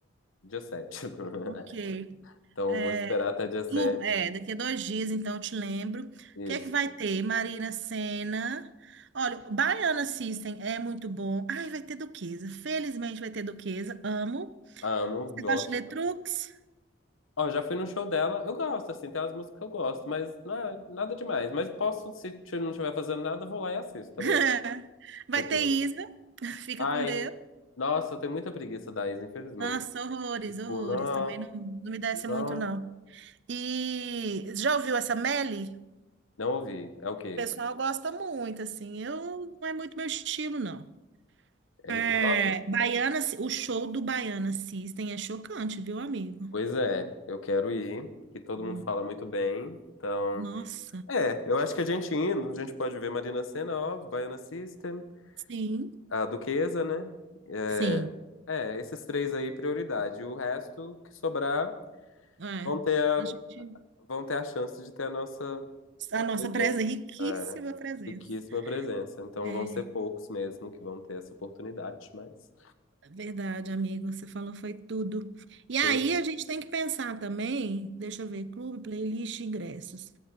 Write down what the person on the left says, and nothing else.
dia 7. <laughs>
Então
eu vou esperar até dia 7.
Isso.
Amo,
gosto.
Ó, eu já fui no show dela. Eu gosto, assim, tem umas músicas que eu gosto, mas não é nada demais. Mas posso, se t- não estiver fazendo nada, eu vou lá e assisto também,
sabe?
Tipo,
ai,
nossa, eu tenho muita preguiça da Isa, infelizmente.
Tipo,
não,
não,
não ouvi. É o quê?
É
hip hop?
Pois é, eu quero ir, que todo
mundo fala muito bem. Então,
é, eu acho que a gente indo, a gente pode ver Marina Sena, óbvio, Baiana System,
a Duquesa, né? É,
é, esses três aí, prioridade. O resto que sobrar
vão ter a,
vão ter a chance de ter a nossa
presença,
é,
riquíssima presença. Então
vão ser poucos mesmo que vão ter essa oportunidade, mas
quem?